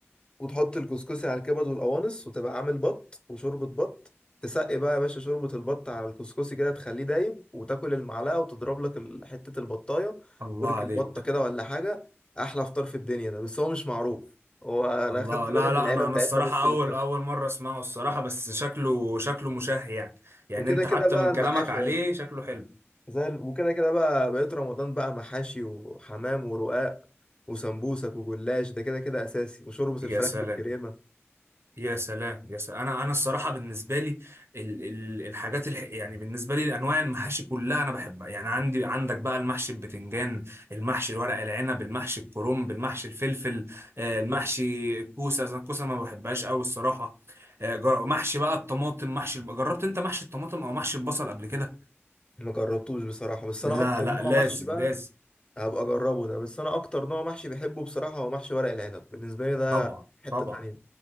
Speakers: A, on the left; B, on the right.
A: وتحط الكسكسي على الكبد والقوانص وتبقى عامل بط وشوربة بط تسقي بقى يا باشا شوربة البط على الكسكسي كده تخليه دايب وتاكل المعلقة وتضرب لك ال- حتة البطاية
B: الله
A: ورك
B: عليك
A: البطة كده ولا حاجة أحلى فطار في الدنيا ده بس هو مش معروف هو أنا
B: الله
A: أخدت بالي
B: لا
A: من
B: لا
A: العيلة
B: انا
A: بتاعتنا
B: انا الصراحه
A: بس اللي
B: اول
A: بتاكله
B: اول مره اسمعه الصراحه بس شكله شكله مشهي يعني يعني
A: وكده
B: انت
A: كده
B: حتى
A: بقى
B: من
A: المحاشي
B: كلامك عليه
A: يا باشا
B: شكله حلو
A: زي ال- وكده كده بقى بقيت رمضان بقى محاشي وحمام ورقاق وسمبوسك وجلاش ده كده كده اساسي وشوربة
B: يا
A: الفراخ
B: سلام
A: بالكريمة
B: يا سلام يا سلام انا انا الصراحه بالنسبه لي ال ال الحاجات الح يعني بالنسبه لي انواع المحاشي كلها انا بحبها يعني عندي عندك بقى المحشي البتنجان المحشي الورق العنب المحشي الكرنب المحشي الفلفل آه، المحشي الكوسه أنا الكوسه ما بحبهاش قوي الصراحه آه، جر- محشي بقى الطماطم محشي الب- جربت انت محشي الطماطم او محشي البصل قبل كده
A: ما جربتوش بصراحة بس
B: لا
A: انا اكتر
B: لا
A: نوع
B: لازم
A: محشي بقى
B: لازم
A: هبقى اجربه ده بس انا اكتر نوع محشي بحبه بصراحة هو محشي ورق العنب بالنسبة لي ده
B: طبعا
A: في حتة
B: طبعا
A: تانية